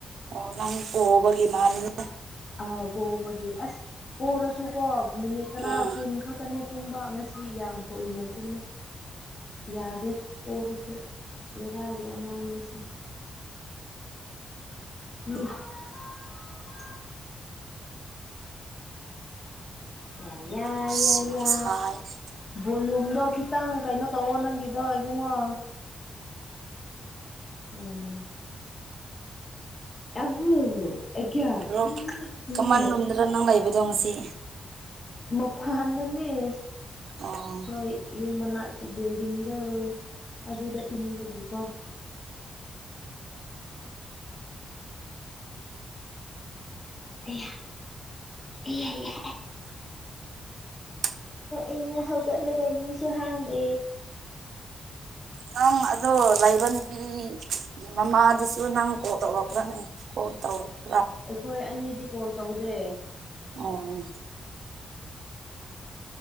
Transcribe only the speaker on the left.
ꯑ ꯄꯕꯒꯦ ꯑꯁ ꯑꯣꯔꯁꯨꯀꯣ ꯃꯤꯅꯤꯠ ꯇꯔꯥ
ꯀꯨꯟ ꯈꯛꯇꯅꯦ ꯇꯨꯝꯕ ꯉꯁꯤ ꯌꯥꯝ ꯀꯨꯏꯅ ꯇꯨꯝꯃꯤ ꯌꯥꯗꯦ ꯑꯣꯏꯔꯁꯨ ꯂꯩꯦꯔꯥꯒꯤ ꯑꯉꯥꯡꯅꯦꯁꯦ <unintelligible> ꯌꯥ ꯌꯥꯏꯌꯥ
ꯚꯣꯂꯨꯝꯗꯣ ꯈꯤꯇꯪ ꯀꯩꯅꯣ ꯇꯧꯑꯣ ꯅꯪꯒꯤꯗꯣ ꯏꯕꯨꯡꯉꯣ ꯎꯝ ꯑ ꯑꯌꯥ
ꯎꯝ
ꯃꯄꯥ ꯍꯟꯗꯅꯤꯦ
ꯍꯣꯏ ꯌꯨꯝ ꯃꯅꯥ ꯀ ꯜꯗꯤꯡꯗ ꯑꯗꯨꯗ ꯏꯪꯕꯒꯤꯀꯣ ꯑꯌꯥ ꯏꯂ
ꯑ ꯍꯧꯒꯠꯂꯒ ꯌꯨꯡꯁꯨ ꯍꯥꯡꯗꯦ
ꯑꯩꯈꯣꯏ ꯑꯅꯤꯗꯤ ꯀꯣꯜ ꯇꯧꯗꯦ